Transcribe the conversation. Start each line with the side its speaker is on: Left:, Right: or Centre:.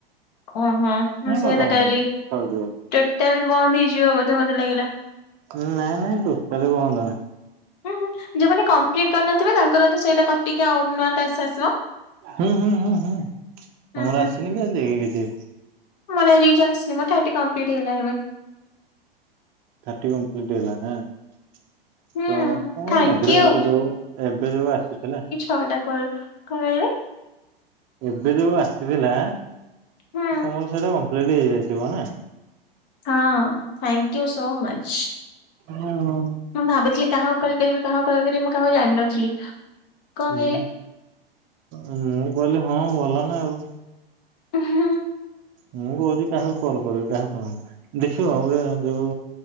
Left: ଓହୋ ମୁଁ ସେ
Right: ଖତମ
Left: କଥା କହିଲି
Right: ହେଇ ସରିଯିବ।
Left: ଟୋଟାଲ ବନ୍ଦ ହେଇଯିବ ବୋଧେ ମତେ ଲାଗିଲା।
Right: ନାଇଁ ନାଇଁ ଦୋଷ କୁହନ୍ତ ନାହିଁ।
Left: ହୁଁ ହୁ ଯୋଉମାନେ କମ୍ପ୍ଲିଟ କରିନଥିବ ତାଙ୍କର ତ ସେଇଟା କଟିକି ଆଉ ନୂଆ ଟାସ୍କ ଆସିବ।
Right: ହୁଁ, ହୁଁ, ହୁଁ, ହୁଁ ତମର
Left: ହୁଁ
Right: ଆସିନି କି ଆଜିକି କିଛି?
Left: ମନ ଆଜି ଜାସ୍ ନି ମଁ କମ୍ପ୍ଲିଟ ହେଲାବେ <unintelligible>
Right: ଥାଟିି କମ୍ପ୍ଲଟ୍ଇଲ ନା। ତ
Left: ହୁଁ
Right: ତମ
Left: ଥ୍ୟାଙ୍କ
Right: ମନ୍ଦିରେ
Left: ୟୁ
Right: ଏବେ ଯୋଉ ଏବେ ଯୋଉ ଆସିଥିଲା।
Left: ହଁଟା କ କହେ <inaudible>
Right: ଏବେ ଯୋଉ ଆସିଥିଲା
Left: ହୁଁ
Right: ତମର ସେଇଟା କମ୍ପ୍ଲିଟ ହେଇଯାଇଥିବ ନା?
Left: ହଁ ଥ୍ୟାଙ୍କ ୟୁ ସୋ ମଚ।
Right: ହଁ।
Left: ମୁଁ ଭାବୁଥିଲି କାହା କଲ୍ କରିବି କାହାକୁ କଲ କରିବି ମୁଁ କାହାକୁ ଜାଣିନଥିଲି। କଣ
Right: ହୁଁ ମୁଁ କଲିି ହଁ ଭଲ ନା ଆଉ।
Left: ହଁ।
Right: ମୁଁ କହୁଛିି କାହାକୁ କଲ୍ କରିବି କାହା କଣ? ଦେଖିବ ଗୋଟେ ଯୋଉ